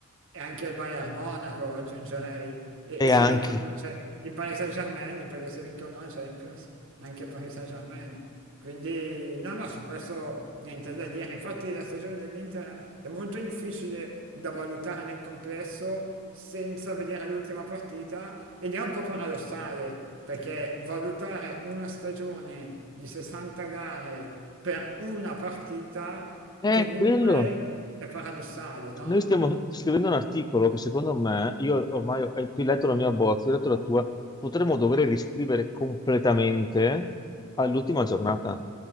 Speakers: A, on the right (about 60°); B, on the left (about 20°).
A: E anche il Bayern Monaco aggiungerei, e, e
B: E
A: se
B: anche...
A: vincono c'è il Paris Saint-Germain, perché se vincono la Champions, anche il Paris Saint-Germain. Quindi no, no, su questo niente da dire. Infatti la stagione dell'Inter è molto difficile da valutare nel complesso senza vedere l'ultima partita ed è un po' paradossale, perché valutare una stagione di 60 gare per una partita
B: È
A: comunque
B: quello.
A: è paradossale, no?
B: Noi stiamo scrivendo un articolo che secondo me, io ormai ho, eh, tu hai letto la mia bozza, io ho letto la tua, potremmo dover riscrivere completamente all'ultima giornata.